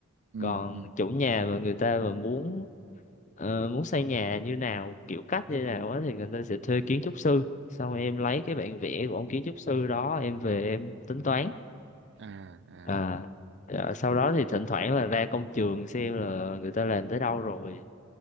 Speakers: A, on the right; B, on the left.
A: Ừ
B: còn
A: ừ.
B: chủ nhà mà người ta mà muốn ờ, muốn xây nhà như nào kiểu cách như nào á thì người ta sẽ thuê kiến trúc sư xong em lấy cái bản vẽ của ông kiến trúc sư đó em về em tính toán
A: À à
B: à ờ, sau đó thì thỉnh thoảng là ra công trường xem là người ta làm tới đâu rồi